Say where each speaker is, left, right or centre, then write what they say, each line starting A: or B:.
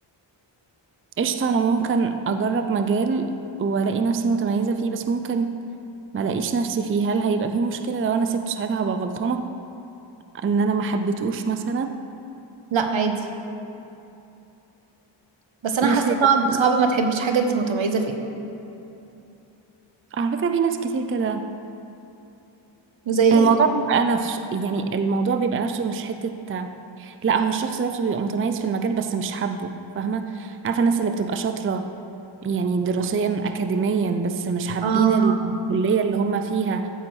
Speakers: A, on the right; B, on the right.
A: قشطه انا ممكن اجرب مجال والاقي نفسي متميزه فيه بس ممكن ما لاقيش نفسي فيه هل هيبقى فيه مشكلة لو انا سبته ساعتها هبقى غلطانة ان انا ما حبيتهوش مثلا
B: لا عادي بس انا
A: مش
B: حاسة
A: هيبقى
B: صعب صعب ما تحبيش حاجة انت متميزة فيها
A: على فكرة في ناس كتير كده
B: زي ايه
A: الموضوع بيبقى نفسه يعني الموضوع بيبقى نفسه مش حتة لا هو الشخص نفسه بيبقى متميز في المجال بس مش حابه فاهمة عارفة الناس اللي بتبقى شاطرة يعني دراسيا أكاديميا بس مش حابين
B: اه
A: الكلية اللي هم فيها